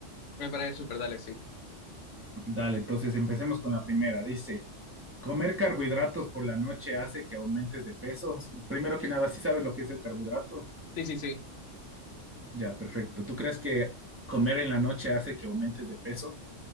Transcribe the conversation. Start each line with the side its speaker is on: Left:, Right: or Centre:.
Left: Me parece súper, dale, sí.
Right: Dale, entonces empecemos con la primera. Dice... Comer carbohidratos por la noche hace que aumentes de peso. Primero que nada, ¿sí sabes lo que es el carbohidrato?
Left: Sí, sí, sí.
Right: Ya, perfecto. ¿Tú crees que comer en la noche hace que aumentes de peso?